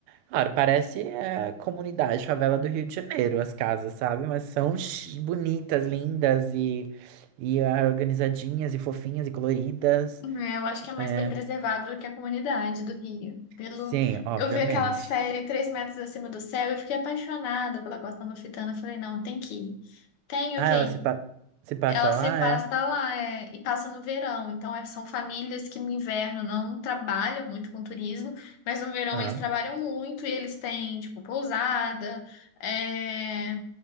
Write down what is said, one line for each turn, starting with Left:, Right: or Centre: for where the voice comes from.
Right: Claro, parece é, comunidade, favela do Rio de Janeiro, as casas, sabe? Mas são chi- bonitas, lindas e, e ah, organizadinhas e fofinhas e coloridas.
Left: É, eu acho que é mais
Right: É,
Left: bem preservado do que a comunidade do Rio. Pelo...
Right: sim, obviamente.
Left: Eu vi aquela série Três Metros Acima do Céu, eu fiquei apaixonada pela Costa Amalfitana. Eu Falei, não, tem que ir. Tenho
Right: Ah,
Left: que
Right: ela
Left: ir.
Right: se, pa- se passa
Left: Ela
Right: lá,
Left: se passa
Right: é?
Left: lá, é, e passa no verão. Então, é- são famílias que no inverno não trabalham muito com turismo, mas no verão
Right: Ah,
Left: eles trabalham muito e eles têm, tipo, pousada, é,